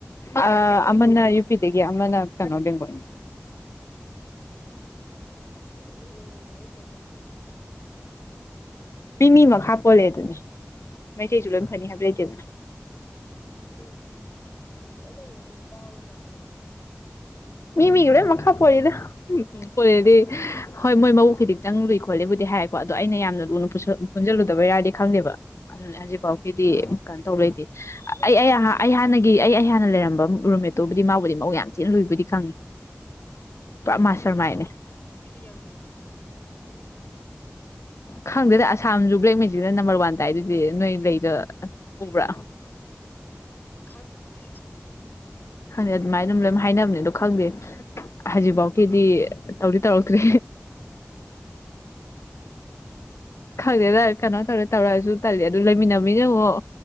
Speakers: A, on the left; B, on the left.
A: ꯑ ꯑꯃꯅ ꯌꯨ ꯄꯤ ꯑꯗꯒꯤ ꯑꯃꯅ ꯀꯩꯅꯣ ꯕꯦꯡꯒꯣꯜꯅꯤ
B: ꯑꯩꯗꯤ ꯕꯦꯡꯒꫭꯜꯂꯤ ꯃꯆꯥꯖꯦ ꯀꯌꯥ ꯊꯥꯖꯗꯦ
A: ꯃꯤꯃꯤ ꯃꯈꯥ ꯄꫭꯜꯂꯦ ꯑꯗꯨꯗꯤ ꯃꯩꯇꯩꯖꯖ ꯂꯣꯏꯅ ꯐꯅꯤ ꯍꯥꯏꯕ ꯂꯩꯇꯦꯗꯅ
B: ꯂꯩꯇꯦ ꯑꯗꯨꯒꯤꯗꯤ ꯑꯗꯨ ꯑꯅꯧꯕꯅ ꯁꯨꯝ ꯇꯥꯕ ꯃꯇꯝꯗ ꯀꯣ
A: ꯃꯤ ꯃꯤꯒꯤ ꯂꯣꯏ ꯃꯈꯥ ꯄꯣꯜꯂꯤꯗ ꯄꯣꯂꯦꯗꯤ ꯍꯣꯏ ꯃꯣꯏ ꯃꯕꯨꯛ ꯈꯤꯇꯪ ꯂꯨꯏ ꯈꯣꯠꯂꯦꯕꯨꯗꯤ ꯍꯥꯏꯀꯣ ꯑꯗꯣ ꯑꯩꯅ ꯌꯥꯝꯅ ꯂꯨꯅ ꯄꯨꯟꯁꯤꯜꯂꯨꯗꯕꯒꯤꯔꯗꯤ ꯈꯪꯗꯦꯕ ꯑꯗꯨꯅꯦ ꯍꯧꯖꯤꯛꯐꯥꯎꯒꯤꯗꯤ ꯀꯩꯅꯣ ꯇꯧ ꯂꯩꯇꯦ
B: ꯑꯗꯣ
A: ꯑꯩ
B: ꯃꯣꯏꯁꯦ
A: ꯑꯩ
B: ꯀꯩꯅꯣ
A: ꯍꯥꯟꯅꯒꯤ ꯑꯩ ꯑꯩ ꯍꯥꯟꯅ ꯑꯩꯅ ꯂꯩꯔꯝꯕ ꯔꯨꯝꯃꯦꯇꯨꯕꯨꯗꯤ ꯃꯥꯕꯨꯗꯤ ꯃꯕꯨꯛ ꯌꯥꯝ ꯊꯤꯅ ꯂꯨꯏꯕꯨꯗꯤ ꯈꯪꯉꯤ ꯄꯨꯔꯥ
B: ꯃꯣꯏꯗꯤ
A: ꯃꯥꯁꯇꯔ
B: ꯗ꯭ꯔꯤꯡ
A: ꯃꯥꯏꯟꯅꯦ
B: ꯗ꯭ꯔꯤꯡ ꯒꯩꯁꯦ ꯌꯥꯝ ꯍꯩ ꯍꯥꯢꯌꯦ
A: ꯈꯪꯗꯦꯗ ꯑꯁꯥꯝꯁꯨ ꯕ꯭ꯂꯦꯛ ꯃꯦꯖꯤꯛꯅ ꯅꯝꯕꯔ ꯋꯥꯟꯗ ꯇꯥꯢꯗꯨꯗꯤ ꯅꯣꯏ ꯂꯩꯗ ꯎꯕ꯭ꯔꯥ
B: ꯈꯪꯗꯦꯅꯦ ꯑꯁꯥꯝꯕꯨ
A: ꯍꯥꯉꯦꯟ ꯑꯗꯨꯃꯥꯏꯅ ꯗꯨꯝ ꯂꯣꯏꯅ ꯍꯥꯏꯅꯕꯅꯦ ꯑꯗꯣ ꯈꯪꯗꯦ ꯍꯧꯖꯤꯛꯐꯥꯎꯀꯤꯗꯤ ꯇꯧꯗꯤ ꯇꯧꯔꯛꯇ꯭ꯔꯤ ꯈꯪꯗꯦꯗ ꯀꯩꯅꯣ ꯇꯧꯔ ꯇꯧꯔꯛꯑꯁꯨ ꯇꯜꯂꯤ ꯑꯗꯨ ꯂꯩꯃꯤꯟꯅꯃꯤꯅ ꯑꯃꯨꯛ